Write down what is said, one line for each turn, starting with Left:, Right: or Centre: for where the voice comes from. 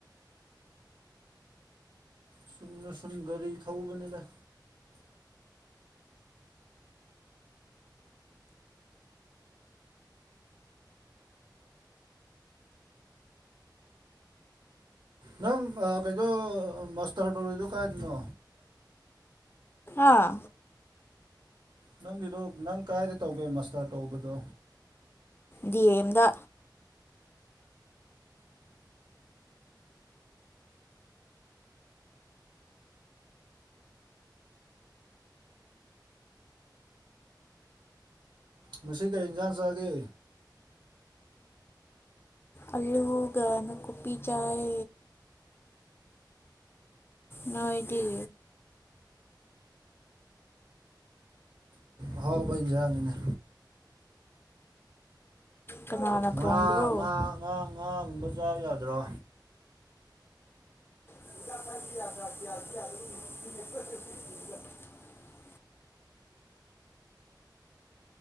Right: ꯁꯨꯝꯅ ꯁꯨꯝ ꯒꯥꯔꯤ ꯊꯧꯕꯅꯤꯅ ꯅꯪ ꯀꯩꯗꯣ ꯃꯥꯁꯇꯔ ꯇꯧꯔꯤꯗ ꯀꯥꯏꯗꯅꯣ
Left: ꯑꯥ
Right: ꯅꯪꯒꯤꯗꯣ ꯅꯪ ꯀꯗꯥꯥꯏꯗ ꯇꯧꯒꯦ ꯃꯁꯇꯔ ꯇꯧꯕꯗꯣ
Left: ꯗꯤ ꯑ ꯑꯦꯝꯗ
Right: ꯃꯁꯤ ꯀꯔꯤ ꯌꯦꯟꯁꯥꯡ ꯆꯥꯒꯦ
Left: ꯑꯂꯨꯒꯥꯟ ꯀꯣꯄꯤ ꯆꯥꯏ ꯅꯣꯏꯗꯤ
Right: ꯑꯥꯎ ꯌꯥꯅꯤꯡꯅꯦ
Left: ꯀꯅꯥꯅ
Right: ꯉꯥ
Left: ꯊꯣꯡꯕ꯭ꯔꯣ
Right: ꯉꯥ ꯉꯥ ꯉꯥꯒꯨꯝꯕ ꯆꯥ ꯌꯥꯗ꯭ꯔꯣ
Left: <inaudible>